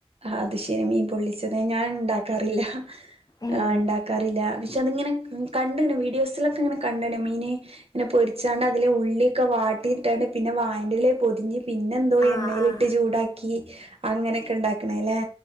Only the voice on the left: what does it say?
ഏഹ്
ആഹ്
ആഹ്